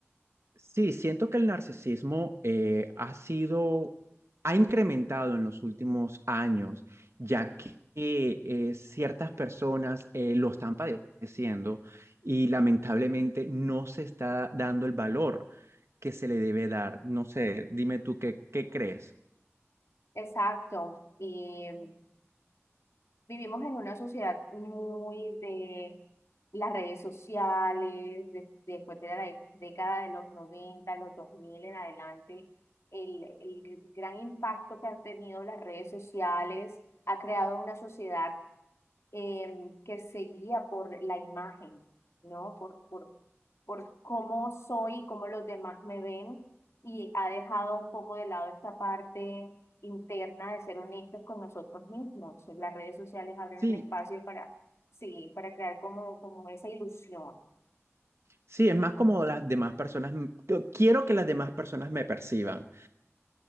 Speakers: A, on the right (about 65°); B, on the left (about 70°).
A: Sí, siento que el narcisismo eh, ha sido, ha incrementado en los últimos años, ya que eh, ciertas personas eh, lo están padeciendo y lamentablemente no se está dando el valor que se le debe dar. No sé, dime tú qué, qué crees.
B: Exacto. em, Vivimos en una sociedad muy de las redes sociales, de- después de la de- década de los 90 los 2000 en adelante, el, el gran impacto que han tenido las redes sociales ha creado una sociedad em, que se guía por la imagen, ¿no? Por, por, por cómo soy y cómo los demás me ven. Y ha dejado un poco de lado esta parte interna de ser honestos con nosotros mismos. Las redes sociales abren
A: Sí,
B: un espacio para, sí, para crear como, como esa ilusión.
A: sí, es más como las demás personas, yo quiero que las demás personas me perciban.